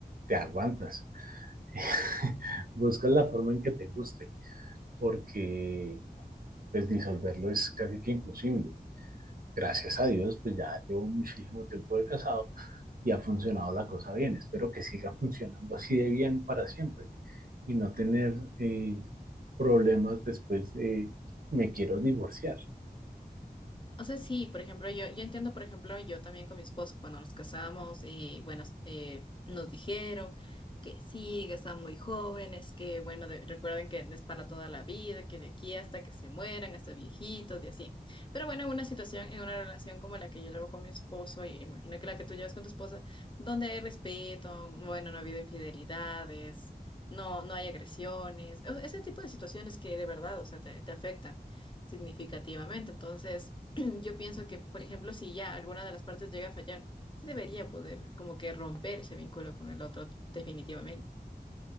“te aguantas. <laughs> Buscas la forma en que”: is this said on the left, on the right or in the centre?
Right